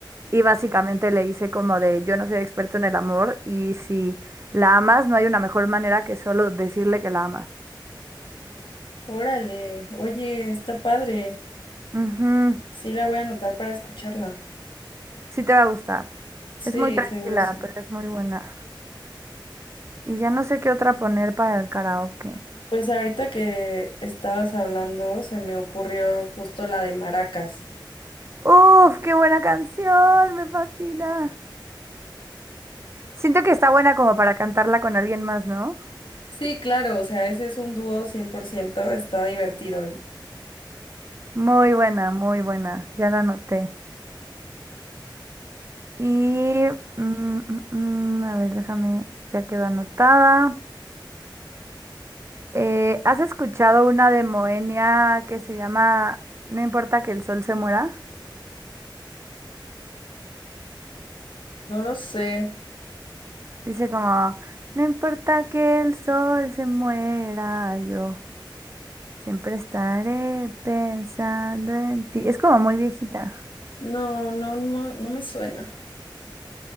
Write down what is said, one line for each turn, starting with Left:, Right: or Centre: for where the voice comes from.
Right: y básicamente le dice como de yo no soy experto en el amor, y si la amas, no hay una mejor manera que solo decirle que la amas.
Left: Órale, oye, está padre.
Right: Ujú,
Left: Sí, la voy a anotar para escucharla.
Right: Sí te va a gustar.
Left: Sí,
Right: Es muy tranquila,
Left: seguro sí.
Right: pero es muy buena. Y ya no sé qué otra poner para el karaoke.
Left: Pues ahorita que estabas hablando, se me ocurrió justo la de Maracas.
Right: Uf, qué buena canción, me fascina. Siento que está buena como para cantarla con alguien más, ¿no?
Left: Sí, claro, o sea, ese es un dúo 100%, está divertido.
Right: Muy buena, muy buena. Ya la anoté. Y, mm, mm, mm, a ver, déjame, ya quedó anotada. Eh, ¿has escuchado una de Moenia que se llama No importa que el sol se muera?
Left: No lo sé.
Right: Dice como, no importa que el sol se muera, yo siempre estaré pensando en ti. Es como muy viejita.
Left: No, no, no, no me suena.